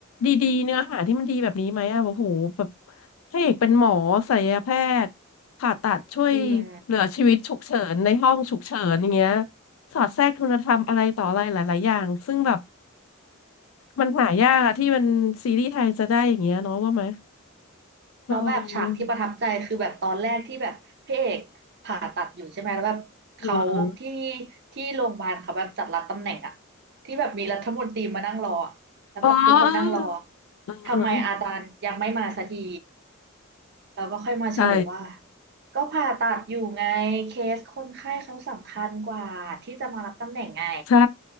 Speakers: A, on the left; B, on the right.
A: ดีๆเนื้อหาที่มันดีแบบนี้ไหมอะโอ้โหแบบพระเอกเป็นหมอศัลยแพทย์ผ่าตัดช่วย
B: จริง
A: เหลือชีวิตฉุกเฉินในห้องฉุกเฉินอย่างเงี้ย สอดแทรกคุณธรรมอะไรต่ออะไรหลายๆอย่างซึ่งแบบมันหายากอะที่มันซีรีส์ไทยจะได้อย่างเงี้ยเนาะว่าไหมเออ
B: แล้วแบบฉากที่ประทับใจคือแบบตอนแรกที่แบบพระเอกผ่าตัดอยู่ใช่ไหมแล้วแบบเขาที่
A: อืมอืม
B: ที่โรงพยาบาลเขาแบบจัดรับตำแหน่งอะที่แบบมีรัฐมนตรีมานั่งรออะแล้วแบบทุกคนนั่งรอ
A: อ๋อเออเออเออ
B: ทำไมอาจารย์ยังไม่มาสักทีเราก็ค่อยมาเฉลยว่า
A: ใช่
B: ก็ผ่าตัดอยู่ไงเคสคนไข้เขาสำคัญกว่าที่จะมารับตำแหน่งไง
A: ใช่